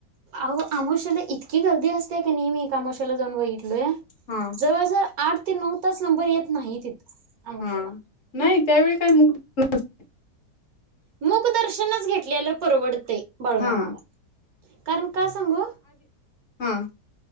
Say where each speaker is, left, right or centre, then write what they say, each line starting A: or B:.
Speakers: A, on the right; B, on the left.
A: अहो आमोशाला इतकी गर्दी अस ते की नाही मी एका अमावस्याला जाऊन बघित लोया,
B: हा
A: जवळजळ आठ ते नऊ तास नंबर येत नाही तिथं अमावश्याला
B: हा नाही त्यावेळी काही मुख अस
A: मुखदर्शनच घेतलेला परवडतयं. बाळूमामाला
B: हा
A: कारण का सांगू
B: हां.